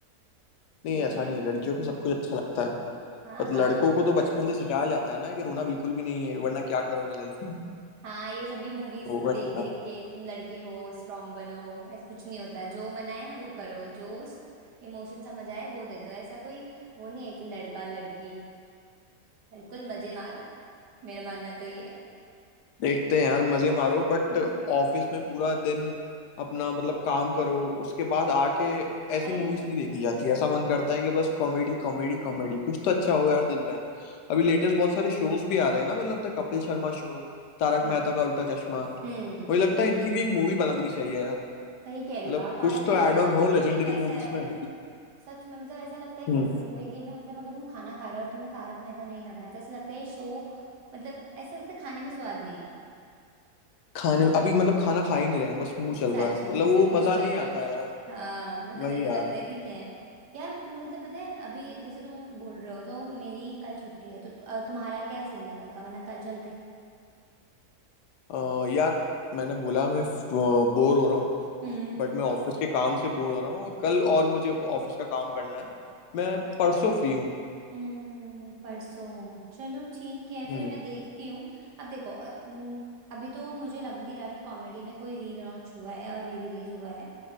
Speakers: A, on the left (about 80°); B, on the right (about 85°).
A: नहीं
B: हम्म
A: ऐसा नहीं है लड़कियों को सब कुछ अच्छा लगता है
B: हाँ
A: पर
B: हाँ
A: लड़कों को तो बचपन से सिखाया जाता है ना कि रोना बिल्कुल भी नहीं है वरना क्या करोगे लाइफ में
B: हाँ ये सभी मूवीज
A: तो वही
B: देख देख के तुम लड़के हो स्ट्रांग बनो ऐसा कुछ नहीं होता जो मना है ना वो करो जो इमोशन समझ आए वो दे दो ऐसा कोई वो नहीं है कि लड़का लड़की बिल्कुल मजे मारो मेरा मानना तो ये है
A: देखते हैं यार मजे मारो बट
B: <laughs>
A: ऑफिस में पूरा दिन अपना मतलब काम करो उसके बाद आके ऐसी
B: अरे
A: मूवीज नहीं देखी जाती ऐसा मन करता है कि बस कॉमेडी कॉमेडी कॉमेडी कुछ तो अच्छा हो यार दिन में अभी
B: हाँ
A: लेटेस्ट बहुत सारे शोज भी आ रहे हैं ना मतलब द कपिल शर्मा शो तारक
B: हाँ,
A: मेहता का उल्टा चश्मा
B: हम्म
A: मुझे लगता है इनकी भी एक मूवी बना देनी चाहिए यार
B: सही कह रही
A: मतलब
B: हो यार तारक
A: कुछ तो
B: मेहता
A: ऐड ऑन हो
B: तो मतलब
A: लेजेंडरी
B: ऐसा
A: मूवीज
B: है
A: में
B: सच में मतलब ऐसा लगता है कि
A: हम्म
B: जिंदगी में मतलब अगर तुम खाना खा रहे हो और तुमने तारक मेहता नहीं लगाया तो ऐसा लगता है ये शो मतलब ऐसा लगता है खाने में स्वाद नहीं
A: खाने में अभी मतलब खाना खा ही नहीं रहे हैं बस मुंह
B: है
A: चल
B: सच
A: रहा है
B: में
A: मतलब
B: सिर्फ
A: वो
B: मुंह
A: मजा
B: चल
A: नहीं
B: रहा है
A: आता है यार
B: हाँ मतलब
A: वही
B: ऐसा
A: यार
B: लगता है कि क्या है यार मतलब पता है अभी जैसे तुम बोल रहे हो तो मेरी कल छुट्टी है तो तु- अ, तुम्हारा क्या सीन है कल का वरना कल चलते
A: अ, यार मैंने बोला मैं बोर हो रहा हूँ
B: हम्म
A: बट मैं ऑफिस के काम से बोर हो रहा हूँ कल और मुझे ऑफिस का काम करना है मैं परसों फ्री हूँ
B: हम्म, परसों चलो ठीक है
A: हम्म
B: फिर मैं देखती हूँ अब देखो अ, हम्म, अभी तो मुझे लग नहीं रहा कि कॉमेडी में कोई री लॉन्च हुआ है और री रिलीज हुआ है